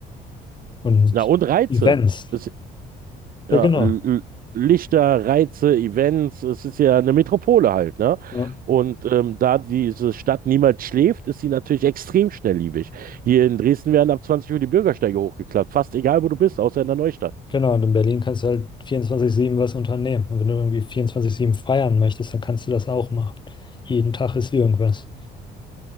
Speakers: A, on the left; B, on the right.
A: und
B: Na, und Reize.
A: Events.
B: Es,
A: Ja,
B: ja,
A: genau.
B: L- L- Lichter, Reize, Events, es ist ja eine Metropole halt, ne?
A: Ja.
B: Und ähm, da diese Stadt niemals schläft, ist sie natürlich extrem schnelllebig. Hier in Dresden werden ab 20 Uhr die Bürgersteige hochgeklappt, fast egal, wo du bist, außer in der Neustadt.
A: Genau, und in Berlin kannst du halt 24/7 was unternehmen. Und wenn du irgendwie 24/7 feiern möchtest, dann kannst du das auch machen. Jeden Tag ist irgendwas.